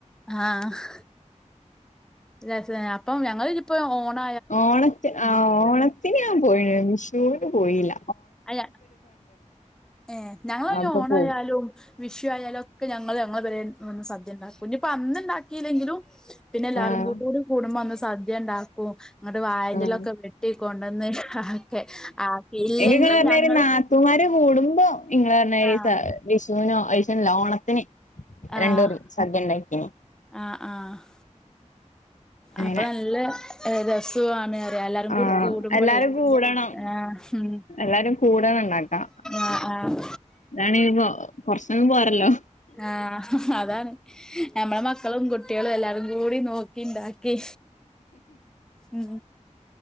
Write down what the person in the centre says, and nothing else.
ആഹ് <unintelligible> അപ്പം ഞങ്ങള് ഇഞ്പ്പ ഓണ
അയ ഏ ഞങ്ങള് അയ്നാ
ഓണായാലും
വിഷുയാലും ഒക്കെ ഞങ്ങള് ഞങ്ങളെ പെരേ സദ്യ ഇണ്ടാക്കും ഇഞ്ഞ്പ്പോ അന്ന് ഇണ്ടാക്കില്ലെങ്കിലും പിന്നെ എല്ലാരും
കൂടി കൂടുമ്പോ അന്ന് സദ്യ ഇണ്ടാക്കും ഇന്നട്ട് വായന്റെലൊക്കെ
വെട്ടിക്കൊകൊണ്ടന്ന് ആക്കെ ആക്കി ഇല്ലെങ്കിലും
ഞങ്ങള്
ആഹ്
ആഹ്
ആഹ് ആഹ്
അപ്പ നല്ല രസു ആണ് എല്ലാരുംകൂടുമ്പളെ
ആഹ് ഉം
ആഹ് ആഹ്
ആഹ് അതാണ് ഞമ്മള് മക്കളും കുട്ടിയളും എല്ലാരും കൂടി നോ ക്കി ഇണ്ടാക്കി ഉം